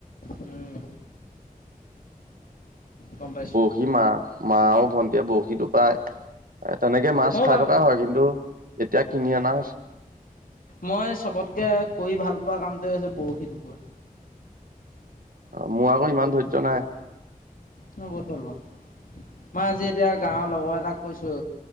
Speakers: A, on the left; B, on the right.
A: উম গম পাইছোঁ।
B: হিমা মা আৰু ভন্টীয়ে বৰশী টোপাই, তেনেকে মাছ
A: ময়ো
B: খাই
A: ভাল
B: থকা
A: পাওঁ
B: হয় কিন্তু। এতিয়া কিনি আনা হৈছে।
A: মই চবতকে কৰি ভাল পোৱা কামটোৱে হৈছে বৰশী টোপোৱা
B: অ মোৰ আকৌ ইমান ধৈৰ্য নাই
A: মই বহুত ভাল পাওঁ, মই আজি এতিয়া গাঁওৰ লগৰ এটাক কৈছোঁ